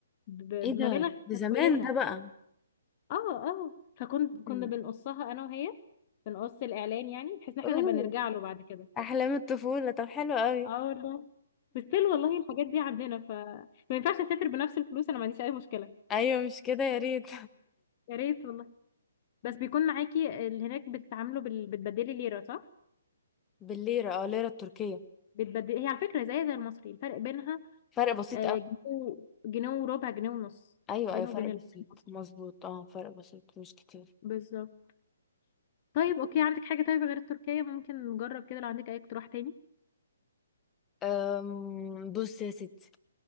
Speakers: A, on the left (about 40°); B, on the left (about 15°).
A: بمبالغ
B: ايه ده ده
A: كانت
B: زمان
A: كويسه
B: ده بقى
A: اه اه فكنت
B: مم.
A: كنا بنقصها انا وهي بنقص الاعلان يعني بحيث ان احنا
B: اوه
A: نبقى نرجع له بعد كده
B: احلام الطفولة طب حلو قوي
A: اه والله بس still والله الحاجات دي عندنا ف ما ينفعش اسافر بنفس الفلوس انا ما عنديش اي مشكله
B: ايوه مش كده يا ريت
A: يا ريت والله بس بيكون معاكي اللي هناك بتتعاملوا بال... بتبدلي ليرة صح؟
B: بالليرة اه ليرة التركية
A: بتبدلي هي على فكرة زي زي المصري الفرق بينها
B: فرق بسيط
A: آه،
B: قوي
A: جنيه جنيه وربع جنيه ونص
B: ايوه
A: بينه
B: ايوه فرق
A: وبين المصري
B: بسيط مظبوط اه فرق بسيط مش كتير
A: بالظبط طيب اوكي عندك حاجة طيب غير التركية ممكن نجرب كده لو عندك اي اقتراح تاني
B: أم بص يا ستي